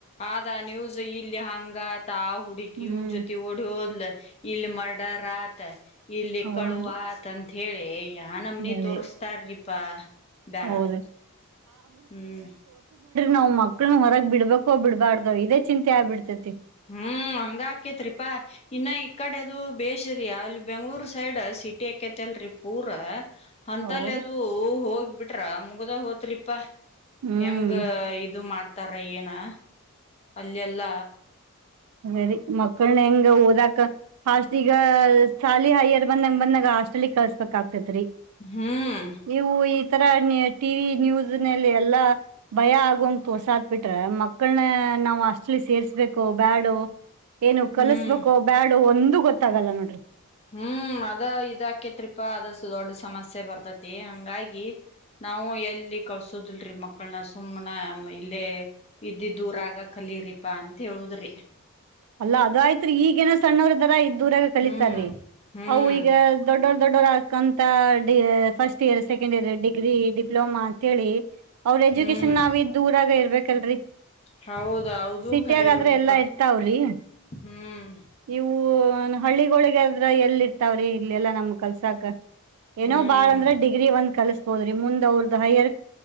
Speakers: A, on the left; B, on the right.
A: ಆದ ನ್ಯೂಸ್ ಇಲ್ಲಿ ಹಂಗ ಆತ್. ತಾ ಹುಡುಗಿ ಇವ್ನ
B: ಹ್ಮ್
A: ಜೊತಿ ಓಡಿ ಹೋದ್ಲ. ಇಲ್ ಮರ್ಡರ್ ಆತ್. ಇಲ್ಲಿ
B: ಹೌದ್ರಿ
A: ಕಳು ಅತಂತ್ ಹೇಳಿ ಯಾ ನಮನಿ
B: ಬರೀ
A: ತೋರ್ಸ್ತಾರಿಪಾ ಬ್ಯಾಡದ
B: ಹೌದ್ರಿ
A: ಹ್ಮ್.
B: ನಾವು ಮಕ್ಕಳನು ಹೊರಗ್ ಬಿಡ್ಬೇಕೋ ಬಿಡ್ಬಾರ್ದಾದೊ ಇದೇ ಚಿಂತೆ ಆಗ್ಬಬಿಡ್ತೈತಿ.
A: ಹ್ಮ್ ಹಂಗ ಆಕೇತ್ರಿಪಾ. ಇನ್ನ ಈ ಕಡೆ ಅದು ಬೆಸ್ರಿ ಅಲ್ಲಿ ಬೆಂಗ್ಳೂರ್ ಸೈಡ್ ಸಿಟಿ ಆಕೈತಿ ಅಲ್ರಿ ಊರ ಹಂತಲ್ಲಿ
B: ಹೌದ್ರಿ
A: ಅದು ಹೋಗ್ ಬಿಟ್ರ ಮುಗ್ದ ಹೋತ್ರಿಪಾ.
B: ಹ್ಮ್
A: ಹೆಂಗ ಇದು ಮಾಡ್ತ. ತರ ಏನಾ. ಅಲ್ಲೆಲ್ಲ
B: ಅದೇರಿ. ಮಕ್ಕಳನ ಹೆಂಗ್ ಓದಕ. ಹಾಸ್ಟ್ ಈಗ ಸಾಲಿ ಹೈಯರ್ ಬಂದಂಗ ಬಂದಾಗ ಹಾಸ್ಟೆಲಿಗ ಕಳ್ಸ್ಬಬೇಕ್ ಆಗ್ತೈತ್ರಿ.
A: ಹ್ಮ್
B: ನೀವು ಈ. ತರ ನ್ ಟಿವಿ ನ್ಯೂಸ್ ನಲ್ಲಿ ಎಲ್ಲಾ ಭಯ ಆಗು ಹಂಗ್ ತೋರ್ಸಾಕ್ ಬಿಟ್ರ ಮಕ್ಕಳನ ನಾವ. ಹಾಸ್ಟೆಲಿಗಿ ಸೇರ್ಸ್ಬೇಕೊ ಬ್ಯಾಡೊ. ಏನು ಕಲಸ್ಬೇಕು
A: ಹ್ಮ್
B: ಬ್ಯಾಡೊ ಒಂದ ಒಂದು ಗೊತ್ತಾಗಲ್ಲ ನೋಡ್ರಿ.
A: ಹ್ಮ್ ಅದ ಇದಾಕೇತ್ರಿಪಾ ಅದ. ದೊಡ್ಡ ಸಮಸ್ಯೆ ಬರ್ತತಿ ಹಂಗಾಗಿ ನಾವು ಎಲ್ಲಿ ಕಳ್ಸುದಲ್ರೀ ಮಕ್ಕಳನ ಸುಮ್ನ ಇಲ್ಲೇ ಇದ್ದಿದ್ದೂರ ಆಗ ಕಲರಿಪಾ ಅಂತ ಹೇಳುದ್ರಿ.
B: ಅಲ್ಲ ಅದ ಆಯ್ತ್ರಿ ಈಗೇನ ಸಣ್ಣವ್ರ ಇದ್ದರ. ಇದ್ದ ಊರಾಗ ಕಲಿತಾರೀ
A: ಹ್ಮ್ ಹ್ಮ್
B: ಅವು ಈಗ ದೊಡ್ಡೊ. ದೊಡ್ಡೋರಕಂತಡಿ first year second year degree diploma ಅಂತೇಳಿ. ಅವ್ರ
A: ಹ್ಮ್
B: ಎಜುಕೇಶನ್ ನಾವ ಇದ್ದ ಊರಾಗ ಇರ್ಬೇಕಲ್ರರಿ
A: ಹೌದ ಹೌದು
B: ಸಿಟಿಯಾಗಾದ್ರೆ
A: ಖರೆ ಬಿಡ್ರಿಪಾ
B: ಎಲ್ಲಾ ಇರ್ತಾವ್ರಿ ಹ
A: ಹ್ಮ್
B: ಇವು ನ ಹಳ್ಳಿಗೋಳಿಗೆ. ದ್ರ ಎಲ್ಲಿ ಇರ್ತಾವ್ರಿ ಇಲ್ಲ ಎಲ್ಲಾ ನಮ್ಗ ಕಲ್ಸಕ್. ಏನೋ
A: ಹ್ಮ್
B: ಬಾಳ್ ಅಂದ್ರೆ ಡಿಗ್ರಿ ಒಂದ್ ಕಲ್ಸ. ಹೋದ್ರಿ ಮುಂದ್ ಅವ್ರದ ಹೈಯರ್